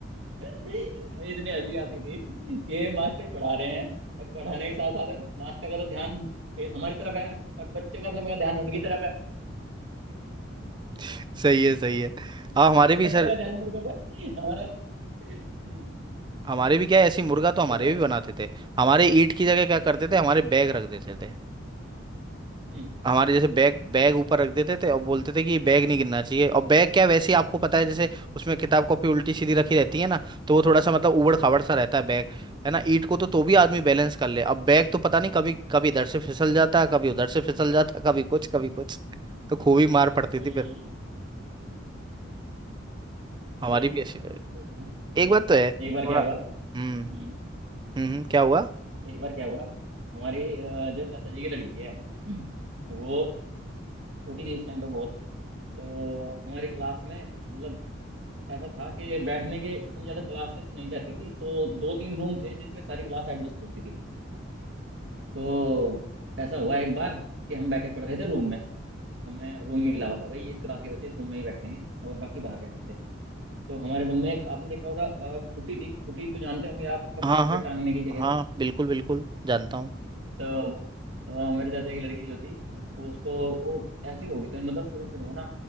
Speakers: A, on the right; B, on the right.
A: और इतनी हंसी आती थी कि मास्टर पढ़ा रहे हैं और पढ़ाने के साथ साथ मास्टर का तो ध्यान फेस हमारी तरफ है और बच्चों का सबका ध्यान उनकी तरफ है
B: <laughs> सही है सही है हाँ हमारे भी
A: बच्चों
B: सर
A: का ध्यान मुर्गों पर हमारा हम्म
B: हमारे भी क्या है ऐसी मुर्गा तो हमारे
A: बताओ बताओ
B: भी बनाते थे हमारे ईंट की जगह क्या
A: अच्छा
B: करते थे हमारे बैग रख देते थे
A: हम्म
B: हमारे जैसे बैग बैग ऊपर रख देते थे और बोलते थे कि बैग नहीं गिरना चाहिए और बैग क्या वैसे ही आपको पता है जैसे उसमें किताब कॉपी उल्टी सीधी रखी रहती है ना तो वो थोड़ा सा मतलब ऊबड़ खाबड़
A: हाँ
B: सा रहता है बैग है ना ईंट को तो तो भी आदमी
A: हाँ
B: बैलेंस कर ले अब बैग तो पता नहीं कभी कभी इधर से फिसल जाता है कभी उधर से फिसल जाता है कभी कुछ कभी कुछ तो खूब ही मार पड़ती
A: वही
B: थी फिर
A: मजा
B: हमारी
A: इतना
B: भी ऐसी
A: आता
B: रही
A: था हमारे उसमें एक
B: एक बात तो है थोड़ा
A: एक बार क्या हुआ
B: हम्म
A: हम्म,
B: हम्म क्या हुआ
A: एक बार क्या हुआ हमारी अ, जो चाचा जी की लड़की है <clears throat> वो छोटी थी उस टाइम पे बहुत तो हमारी क्लास में मतलब ऐसा था कि बैठने के इतनी ज्यादा क्लासेस नहीं रहती थी तो दो तीन रूम थे जिसमें सारी क्लास एडजस्ट होती थी तो ऐसा हुआ एक बार कि हम बैठे पढ़ रहे थे रूम में हमें रूम मिला हुआ था भाई इस क्लास के बच्चे इस रूम में ही बैठेंगे और बाकी बाहर बैठते थे तो हमारे रूम में एक आपने देखा होगा अ, खुटी थी खुटी को जानते होंगे आप कपड़े
B: हाँ
A: कपड़े
B: हाँ
A: टांगने की जगह
B: हाँ बिल्कुल बिल्कुल जानता हूँ
A: तो अ, मेरे चाचा की लड़की जो थी उसको वो ऐसी हो गई थी मतलब शुरू शुरू में ना